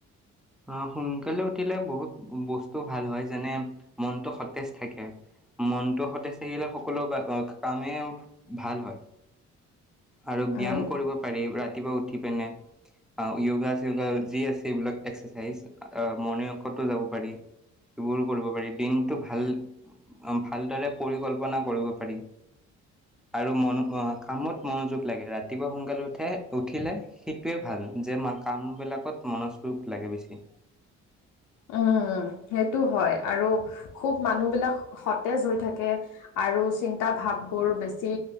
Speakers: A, in the centre; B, on the left.
A: অ', সোনকালে উঠিলে বহুত বস্তু ভাল হয় যেনে মনটো সতেজ থাকে। মনটো সতেজ থাকিলে সকলো কামেই, ভাল হয়। আৰু
B: উম।
A: ব্যায়াম কৰিব পাৰি ৰাতিপুৱা উঠি পিনে। অ', ইউগা চিওগা যি আছে এইবিলাক এক্সাইজ মৰ্ণং ৱাকতো যাব পাৰি। এইবোৰ কৰিব পাৰি দিনটো ভাল ভালদৰে পৰিকল্পনা কৰিব পাৰি, আৰু কামত মনোযোগ লাগে ৰাতিপুৱা সোনকালে উঠে উঠিলে সেইটোৱে ভাল যে কামবিলাকত মন যোগ লাগে বেছিকে।
B: উম, সেইটো হয় আৰু, খুব মানুহ বিলাক সতেজ হৈ থাকে। আৰু চিন্তা ভাব বোৰ বেছি।